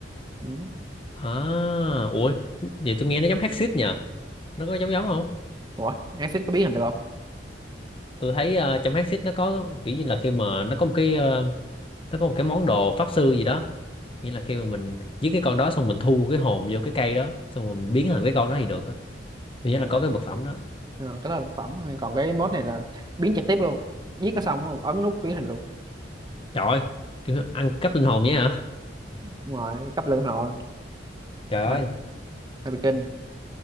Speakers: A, on the right (about 25°); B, on the left (about 30°).
A: ừ.
B: À, ủa, vậy tôi nghe nó giống Hexit nhờ, nó có giống giống không?
A: Ủa Axis có biến hình được không
B: Tôi thấy ờ, trong Hexit nó có kiểu như là khi mà nó có một cái ờ, nó có một cái món đồ pháp sư gì đó nghĩa là khi mà mình giết cái con đó xong mình thu cái hồn vô cái cây đó xong rồi mình biến thành cái con đó thì được á thứ nhất là
A: ừ. à.
B: có cái vật phẩm đó
A: Ờ, cái đó là một phẩm thôi còn cái mode này là biến trực tiếp luôn giết có xong không ấn nút biến hình luôn
B: trời ơi cái ăn cắp linh hồn vậy hả
A: ngoài cấp lượng rồi
B: trời
A: hơi
B: ơi
A: hơi bị kinh